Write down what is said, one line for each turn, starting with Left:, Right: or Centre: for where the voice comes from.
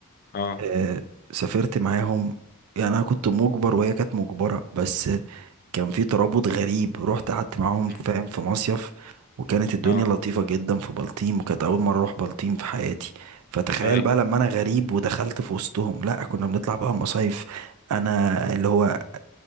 Left: اه
Right: آه سافرت معاهم يعني انا كنت مجبر وهي كانت مجبرة بس كان في ترابط غريب رحت قعدت معاهم
Left: مم،
Right: فاهم في مصيف وكانت الدنيا
Left: اه
Right: لطيفة جدا في بلطيم وكانت أول مرة أروح بلطيم في حياتي فتخيل
Left: اي
Right: بقى لما أنا غريب ودخلت في وسطهم لأ كنا بنطلع بقى مصايف أنا اللي هو